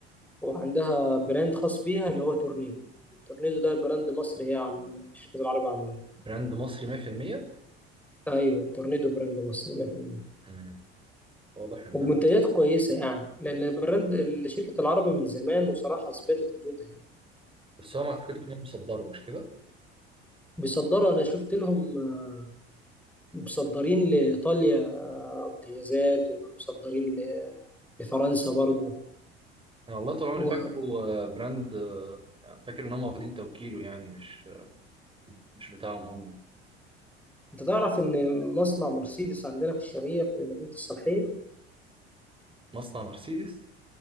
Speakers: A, in the centre; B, on the right (about 15°).
A: وعندها براند خاص بيها اللي هو تورنيدو تورنيدو ده براند مصري هي عم شركة العرب عاملاه
B: براند مصري 100%
A: ايوه تورنيدو براند مصري 100%
B: مم. واضح إن
A: ومنتجاته
B: أنا
A: كويسة يعني لان براند شركة العرب من زمان وصراحة اثبتت وجودها يعني
B: بس هو ما أعتقدش إن هم مصدره مش كده؟
A: فبيصدروا انا شفت لهم آه، مصدرين لايطاليا آه، امتيازات ومصدرين ل- لفرنسا برضو
B: أنا والله طول عمري
A: وانت
B: فاكره آه، براند آه، فاكر إن هم واخدين توكيله يعني مش مش بتاعهم هم
A: تعرف ان مصنع مرسيدس عندنا في الشرقية في مدينة الصالحية
B: مصنع مرسيدس